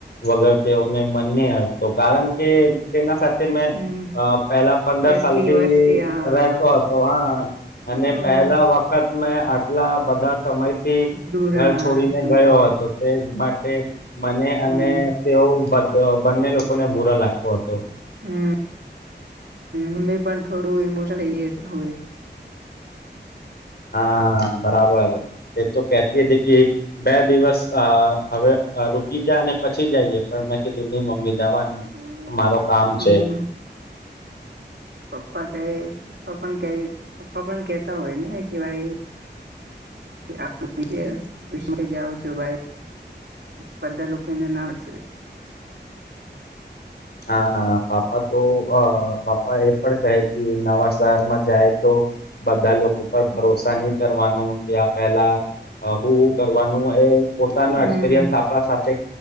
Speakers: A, on the left (about 60°); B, on the right (about 75°).
A: વગર તેઓને મન ન હતો કારણ કે તેના સાથે. મેં
B: હમ
A: પહેલા પંદર
B: એટલી
A: સાલથી
B: વર્ષથી આ
A: રહેતો હતો હા
B: હમ
A: અને પહેલા વખત. મેં આટલા બધા. સમયથી
B: દૂરા
A: ઘર છોડીને
B: દૂર
A: ગયો
B: આવે
A: હતો તે માટે મને અને
B: હમ
A: તેઓ તો બંને લોકોને બુરા લાગતો હતો.
B: હમ મમ્મી પણ થોડું ઇમોશનલ થઈ હોય.
A: હા બરાબર એ તો કેતી હતી કે. બે દિવસ અ હવે રૂકી જા અને પછી જઈએ પણ મેં કીધું ની મમ્મી. જવાનું
B: હમ
A: મારો કામ છે.
B: પપ્પા કઈ પપ્પા પણ કઈ પપ્પા પણ કેહેતા હોય ને કે ભાઈ <unintelligible> છો ભાઈ બધા લોકોને ના <unintelligible>
A: હા પાપા તો પાપા એ પણ કહે કે નવા શહેરમાં જાય તો બધા લોકો પર ભરોસા નહી કરવાનું ત્યાં પહેલા હું કરવાનું એ પોતાનો
B: હમ
A: એક્સપિરિયન્સ આપણા સાથે